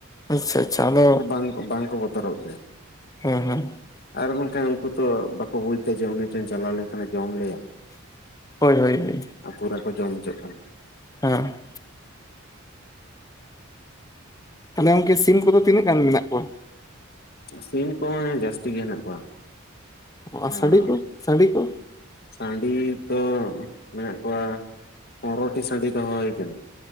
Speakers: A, on the left; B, on the left.
A: ᱟᱪᱪᱷᱟ ᱟᱪᱪᱷᱟ ᱟᱫᱚ
B: ᱚᱱᱮ ᱵᱟᱝ ᱵᱟᱝᱠᱚ ᱵᱚᱛᱚᱨᱚᱜ ᱜᱮᱭᱟ᱾
A: ᱦᱮᱸ ᱦᱮᱸ
B: ᱟᱨ ᱵᱟᱝᱠᱷᱟᱱ ᱩᱝᱠᱩ ᱛᱚ ᱵᱟᱠᱚ ᱵᱩᱡ ᱫᱟ ᱡᱮ ᱩᱱᱤ ᱴᱷᱮᱱ ᱪᱟᱞᱟᱣ ᱞᱮᱱᱠᱷᱟᱱ ᱮ ᱡᱚᱢ ᱞᱮᱭᱟ᱾
A: ᱦᱳᱭ ᱦᱳᱭ
B: ᱟᱨ ᱯᱩᱨᱟᱹ ᱠᱚ ᱡᱚᱢ ᱪᱚᱜ ᱠᱟᱱᱟ᱾
A: ᱦᱮᱸ ᱛᱟᱞᱦᱮ ᱜᱚᱝᱠᱮ ᱥᱤᱢ ᱠᱚᱫᱚ ᱛᱤᱱᱟᱹᱜ ᱜᱟᱱ ᱢᱮᱱᱟᱜ ᱠᱚᱣᱟ?
B: ᱥᱤᱢ ᱠᱚᱦᱚᱸ ᱦᱮᱸ ᱡᱟᱹᱥᱛᱤ ᱜᱮ ᱦᱮᱱᱟᱜ ᱠᱚᱣᱟ᱾
A: ᱟ
B: ᱟᱨ
A: ᱥᱟᱺᱰᱤ ᱠᱩ ᱥᱟᱺᱰᱤ ᱠᱩ
B: ᱥᱟᱺᱰᱤ ᱛᱚ ᱢᱮᱱᱟᱜ ᱠᱚᱣᱟ ᱯᱚᱱᱨᱚᱴᱤ ᱥᱟᱺᱰᱤ ᱫᱚᱦᱚ ᱦᱩᱭ ᱟᱠᱟᱱᱟ᱾